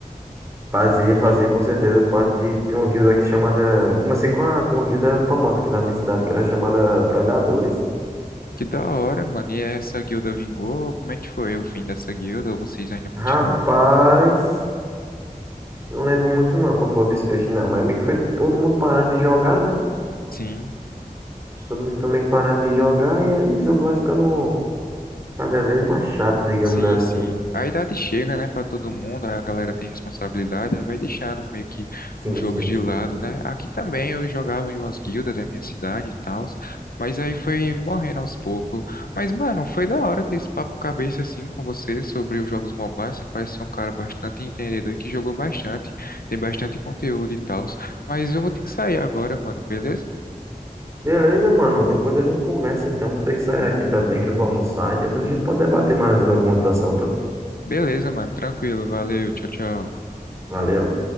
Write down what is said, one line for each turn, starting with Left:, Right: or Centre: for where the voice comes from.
Right: Fazer, fazer com certeza parte de, de uma guilda que é chamada. Comecei com, a, com uma guilda famosa aqui da minha cidade, que era chamada Predadores.
Left: Que da hora, mano. E essa guilda vingou? Como é que foi o fim dessa guilda? Ou vocês ainda continuam?
Right: Rapaz, não lembro muito não qual foi o desfecho, não. Mas meio que foi todo mundo parando de jogar, né?
Left: Sim.
Right: Todo mundo foi meio que parando de jogar e aí o jogo vai ficando cada vez mais chato, digamos
Left: Sim,
Right: assim.
Left: sim. A idade chega, né, para todo mundo, a galera tem responsabilidade, aí vai deixando meio que
Right: Sim,
Left: os jogos
Right: sim,
Left: de
Right: sim.
Left: lado, né? Aqui também eu jogava em umas guildas da minha cidade e tal, mas aí foi morrendo aos poucos. Mas, mano, foi da hora ter esse papo cabeça assim com você sobre os jogos mobiles. Você parece ser um cara bastante entendedor e que jogou bastante, tem bastante conteúdo e tal. Mas eu vou ter que sair agora, mano, beleza?
Right: Beleza, mano. Depois a gente conversa, então. Vou ter que sair aqui também, que eu vou almoçar. E depois a gente pode debater mais alguma atuação.
Left: Beleza, mano, tranquilo, valeu, tchau, tchau.
Right: Valeu.